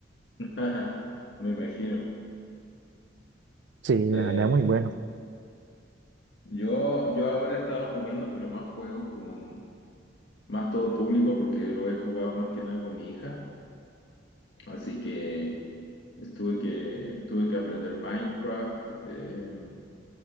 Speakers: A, on the left; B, on the right.
A: <laughs> Me imagino.
B: Sí, la
A: Eh,
B: verdad muy bueno.
A: yo, yo ahora he estado jugando, pero más juegos como más todo público, porque lo he jugado más que nada con mi hija, así que pues, tuve que, tuve que aprender Minecraft. eh,